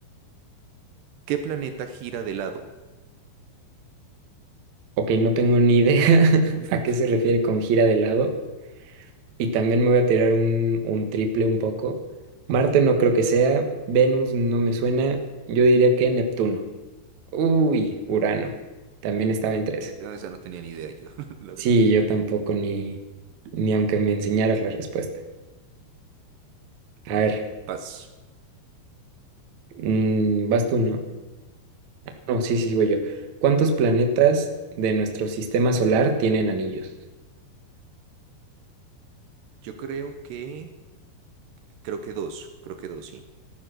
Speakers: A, on the right; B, on the right.
A: ¿Qué planeta gira de lado?
B: Ok, no tengo ni idea <laughs>
A: <laughs>
B: a qué se refiere con gira de lado. Y también me voy a tirar un, un triple un poco. Marte no creo que sea, Venus no me suena, yo diría que Neptuno. Uy, Urano. También estaba entre eso.
A: Esa no tenía ni idea yo, <laughs> la verdad.
B: Sí, yo tampoco, ni, ni aunque me enseñaras la respuesta. A
A: Eh,
B: ver,
A: paz.
B: mm, vas tú, ¿no? No, sí, sí, sí, voy yo. ¿Cuántos planetas de nuestro sistema solar tienen anillos?
A: Yo creo que, creo que dos, creo que dos, sí,